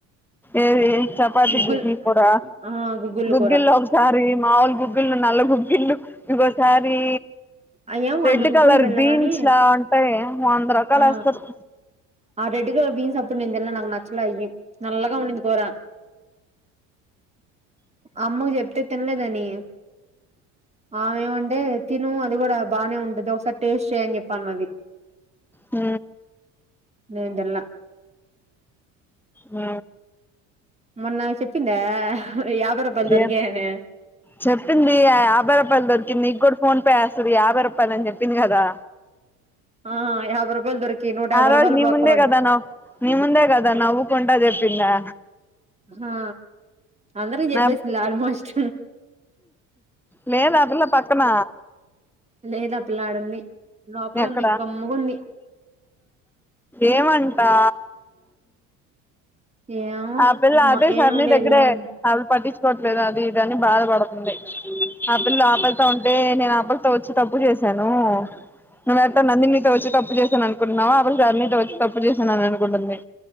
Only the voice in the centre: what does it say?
ఏది చపాతి
గుగ్గిల్ కూర
గుగ్గిలో
సారి మాములు గుగ్గిళ్ళు నల్ల గుగ్గిళ్ళు ఇంగొ సారి
రెడ్
కలర్
బీన్స్
లా ఉంటాయి వంద రకాలు
ఎస్తారూ
ఊ
ఉ
ఏ చెప్పింది యాభై రూపాయలు దొరికింది నీకు కూడా ఫోన్ పే యేస్తాది యాభై రూపాయలు అని చెప్పింది కదా
ఆ రోజు
నీ
ముందే
కదా నవ్ నీ ముందే కదా నవ్వుకుంటా చెప్పిందా
నా
లేదు ఆ పిల్ల పక్కన
ఎక్కడ
ఏమంటా
ఆ పిల్ల అదే సార్
మీ
దగ్గరే
ఆసలు పట్టించుకోవట్లేదు అది ఇది అని బాధపడుతుంది ఆ పిల్ల ఆకలితో ఉంటే నేను ఆ పిల్ల తోచి తప్పుచేసాను చేశాను నువ్వ ఎట్ట నందిని తో వచ్చి తప్పు చేశాను అనుకుంటున్నావో ఆ పిల్ల ధరణీ తో వచ్చి తప్పు చేశాను అనుకుంటుంది